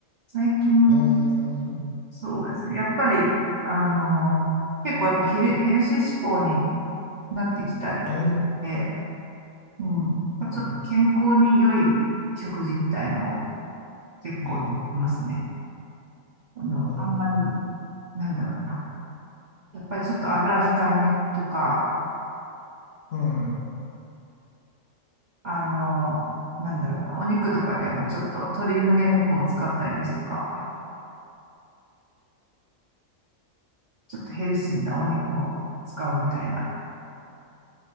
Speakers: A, on the right; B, on the left.
A: 最近、
B: あ
A: そうですね。やっぱり、あの、結構やっぱヘル、ヘルシー志向になってきたり
B: あ、あ
A: で、うん。ちょっと健康に良い食事みたいのを
B: あ、はい。
A: 結構、
B: うん。
A: いますね。あの、
B: あ
A: あんまり、なんだろうな。やっぱりちょっと油控えめとか、
B: ーはい。
A: あの、なんだろうな。お肉とかでもちょっと鶏胸肉を使ったりですとか、ちょっとヘルシーなお肉を使うみたいな。